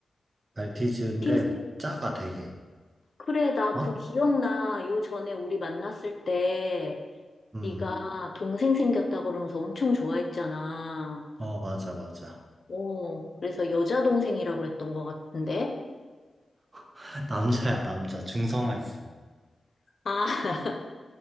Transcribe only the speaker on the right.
말티즈인데
작아, 되게.
어?
음,
어, 맞아, 맞아.
<laughs> 남자야, 남자. 중성화했어.